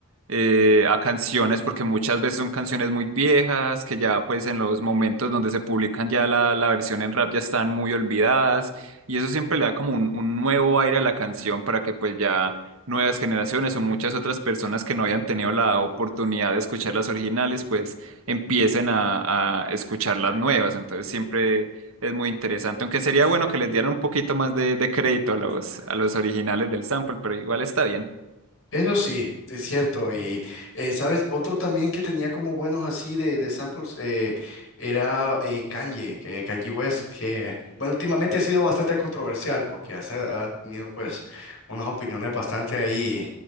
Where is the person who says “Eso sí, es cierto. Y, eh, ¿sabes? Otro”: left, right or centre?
Left